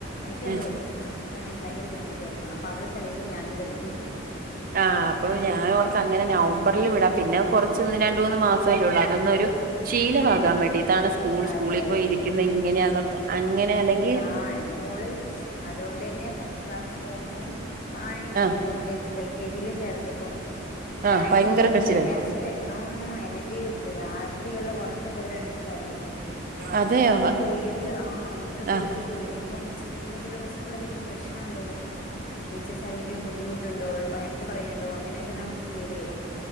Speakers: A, on the left; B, on the right.
A: എനിക്ക് എന്തോ
B: ഏ
A: കാരണം എനിക്ക് ഭയങ്കര ബുദ്ധിമുട്ടായിരുന്നു അപ്പൊ അവള് കരയുമ്പോൾ ഞാനും കരയും.
B: ആ അപ്പൊ ഞാൻ ഓർത്ത് അങ്ങനെ നവംബറിൽ വിടാം പിന്നെ കൊറച്ച് രണ്ടു മൂന്ന് മാസമല്ലേ ഉള്ളൂ അതൊന്നൊരു ശീലമാകാൻ വേണ്ടി ഇതാണ് സ്കൂൾ സ്കൂളിൽപ്പോയി
A: അതെ
B: ഇരിക്കുന്ന ഇങ്ങനെയാന്ന് അങ്ങനെ അല്ലെങ്കി
A: ആ എന്റെ മോള് അതുകൊണ്ട് തന്നെ ഫസ്റ്റ് ക്ലാസിൽ പോകുമ്പം ഭയ്
B: ആഹ്
A: ഇയ്യോ കെജി എൽ. കെ. ജി. യിൽ ചേർത്തപ്പം
B: ആഹ്
A: ഭയങ്കര
B: കരച്ചിലായിരുന്നു
A: കരച്ചി ച്ചില്ലേ ആഹ് എന്നിട്ട് രാത്രിയില് ഉറക്കതല്ലേ എണിച്ച് കരയും
B: അതെയോ
A: അപ്പൊ നമുക്ക് പേടിയാ ആഹ് നമ്മള് പേടിച്ചു
B: ആഹ്
A: പോയി പിന്നിപ്പം എന്തെങ്കിലും ഈസ്കൂളിൽ എന്തെങ്കിലും പ്രശ്നം ഉണ്ടോ? ടീച്ചേഴ്സ്ആരെങ്കിലും ബദ്ധിമുട്ടുണ്ടോ? വഴക്ക് പറയുണ്ടോ? അങ്ങനെയൊക്കെ നമുക്ക് പേടിയായി